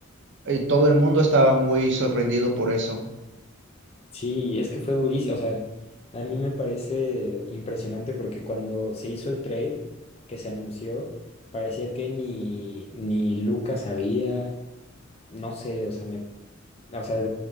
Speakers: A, on the right; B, on the left.
A: eh, todo el mundo estaba muy sorprendido por eso.
B: sí, y es que fue durísimo. O sea, a mí me parece impresionante porque cuando se hizo el trade que se anunció, parecía que ni, ni Lucas sabía, no sé, o sea, me O sea,